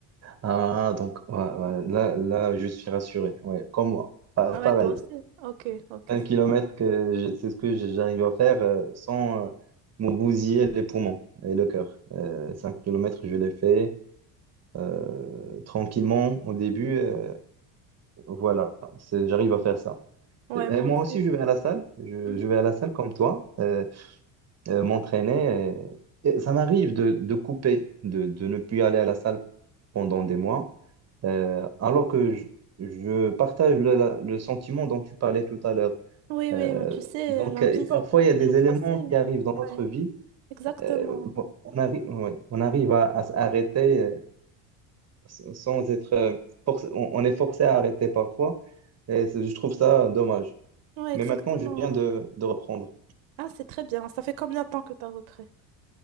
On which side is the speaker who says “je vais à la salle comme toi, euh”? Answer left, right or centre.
Right